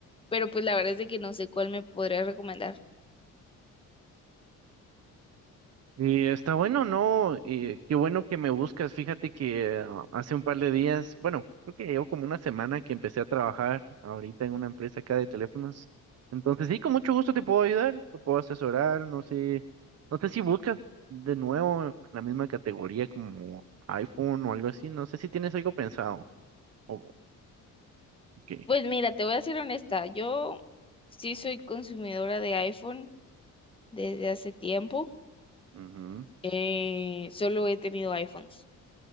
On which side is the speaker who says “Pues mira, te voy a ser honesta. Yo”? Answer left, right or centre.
Left